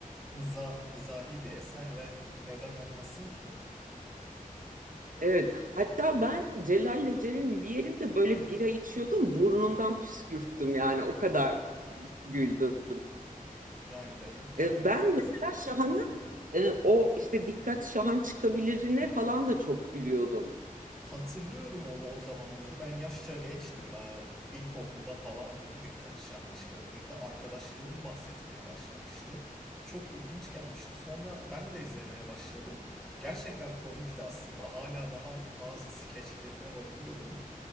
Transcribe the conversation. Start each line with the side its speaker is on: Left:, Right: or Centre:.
Centre: mizah, mizahi bir eser ve neden olmasın ki?
Right: Evet. Hatta ben Celal'le Ceren'in bir yerinde böyle bira içiyordum. Burnumdan püskürttüm yani o kadar güldüm.
Centre: Yani demek ki
Right: E,
Centre: aynen.
Right: Ben mesela Şahan'ın e, o işte dikkat Şahan çıkabilirine falan da çok gülüyordum.
Centre: Hatırlıyorum onu o zamanları. Ben yaşça gençtim. Ee, İlkokulda falandım. Dikkat çağın çıkabilirdi. Arkadaşlarım bahsetmeye başlamıştı. Çok ilginç gelmişti. Sonra ben de izlemeye başladım. Gerçekten komikti aslında. Hala daha bazı skeçlerine bakıyorum.